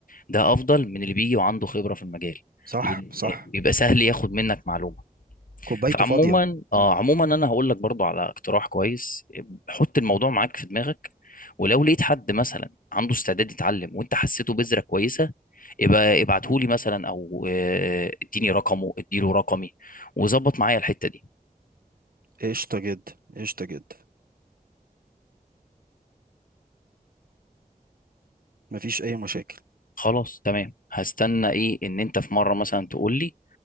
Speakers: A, on the left (about 70°); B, on the right (about 75°).
A: ده افضل من اللي بيجي وعنده خبره في المجال
B: صح
A: لان
B: صح
A: بيبقى سهل ياخد منك معلومه
B: كوبايته
A: فعموما
B: فاضية مم.
A: اه عموما انا هقول لك برضو على اقتراح كويس حط الموضوع معاك في دماغك ولو لقيت حد مثلا عنده استعداد يتعلم وانت حسيته بذرة كويسة يبقى ابعته
B: مم.
A: لي مثلا او آه، اديني رقمه اديله رقمي وظبط معايا الحتة دي
B: قشطة جدا قشطة جدا مفيش أي مشاكل
A: خلاص تمام هستنى ايه ان انت في مرة مثلا تقول لي